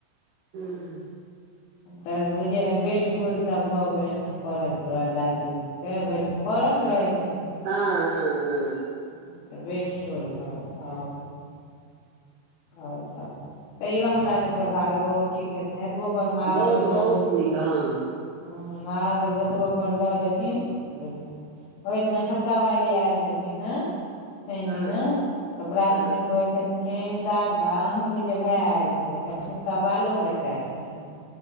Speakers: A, on the right; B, on the left.
A: हूं।
B: तब उजे बेड सुल सब भऽ गेलैन हे पड़ल पुरल दादियोमे। तै भर दिन पड़ल रहै छथिन।
A: हां-हां-हां।
B: हां ते बेड सुल <unintelligible> घाव सब हो तईयो हमरा सबके भागे बहुत ठीक छैथ नै एतबो पर महादेव
A: बहुत
B: लऽ
A: बहुत
B: जेथ
A: नीक हँ
B: हां महादेव ओतबो पर लऽ जेथिन त बुझबे। ओय दिना छोटका भाईजी ऐल छलखिन हें सैन
A: हँ
B: दीना, आ परात
A: हँ
B: भेनै कहै कहै छथिन क शारदा अहांके जे भाय आयल छलैथ हैन, तिनका बालो बच्चा छैन?